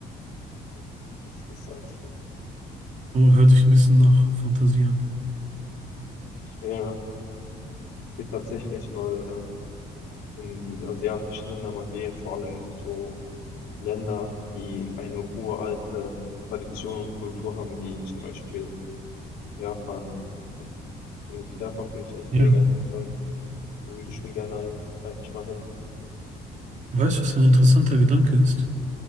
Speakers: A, on the left; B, on the right.
A: Hm, Interessant.
B: Aber hört sich ein bisschen nach Fantasie an.
A: Ich wär, will tatsächlich mal ähm, in diese asiatischen Länder mal gehen, vor allem so Länder, die eine uralte Tradition und Kultur haben, wie zum Beispiel Japan. Das finde ich, Japan finde ich echt
B: Ja.
A: mega interessant. Da würde ich schon gerne ein, eigentlich mal hin.
B: Weißt du, was ein interessanter Gedanke ist?